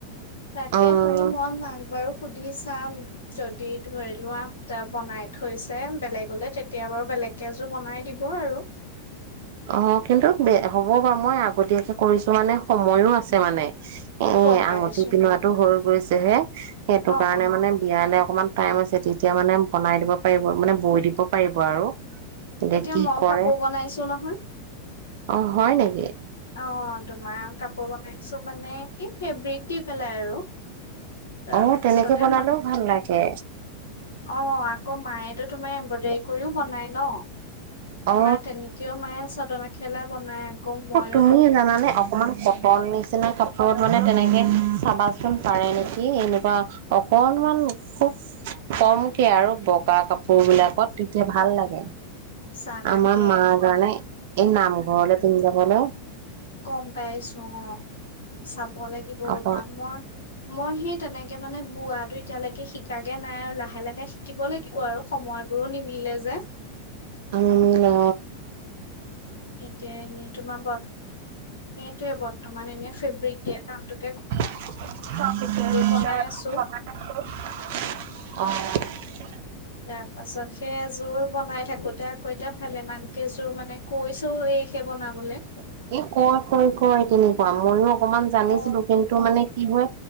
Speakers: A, on the left; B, on the right.
A: তাকে,
B: উম
A: তুমি মই মাক বাৰু সুধি চাম যদি ধৰি লোৱা বনাই থৈছে বেলেগলৈ তেতিয়া বাৰু বেলেগকে এযোৰ বনাই দিব আৰু।
B: অঁ কিন্তু ব হ'ব বাৰু মই আগতীয়াকে কৰিছো মানে সময়ও আছে মানে। এ,
A: গম পাইছো
B: আঙঠি পিন্ধোৱাটো
A: মই
B: হৈ গৈছে হে, সেইটো
A: অ
B: কাৰণে
A: অ
B: মানে, বিয়ালে অকমান টাইম আছে। তেতিয়া মানে বনাই দিব পাৰিব, মানে বৈ দিব পাৰিব আৰু।
A: এতিয়া
B: কি
A: মইও
B: কৰে
A: কাপোৰ বনাইছো নহ
B: অ হয় নেকি এ
A: অঁ! তোমাৰ কাপোৰ বনাইছো মানে, এই ফেব্ৰিক দি পেলাই আৰু। তাৰপিছতে
B: অঁ! তেনেকে বনালেও ভাল লাগে।
A: অঁ! আকৌ, মায়েতো তোমাৰ এম্ব্ৰইডাৰী কৰিও বনাই ন।
B: অ
A: মা তেনেকেও, মায়ে চাদ -মেখেলা বনাই। ক' ময়ো
B: অ তুমি জানানে অকমান কটন নিচিনা কাপোৰত মানে তেনেকে চাবা পাৰে নেকি, এনেকুৱা অকনমান খুব কমকে আৰু বোৱা কাপোৰ
A: উম,
B: বিলাকত
A: উম,
B: তেতিয়া ভাল লাগে,
A: চা তাকে
B: আমাৰ মাৰ কাৰণে এই নামঘৰলে তুমি যাব ন'।
A: গম পাইছো অ'! চা ক'ব লাগিব ৰ'বা,
B: আকৌ
A: মই মই সেই, তেনেকে মানে বোৱাটো এতিয়ালৈকে, শিকাগে নাই আৰু লাহে লাহে শিকিব লাগিব আৰু সময়বোৰো নিমিলে যে।
B: আম অঁ
A: এতিয়া এনেই তোমাৰ ব সেইটোয়ে বৰ্তমান। এনে, ফেব্ৰিক দিয়া কামটো
B: অঁ!
A: বনাই আছো। তাৰ পাছত সেইযোৰ বনাই থাকো কইতা কইতা ভালে মান কেইযোৰ মানে কৈছো এই সে বনাবলৈ
B: এ' কয় কয় কয় তেনে <unintelligible> অকমান জানিছিলো
A: অ
B: কিন্তু মানে তিঃহোৱা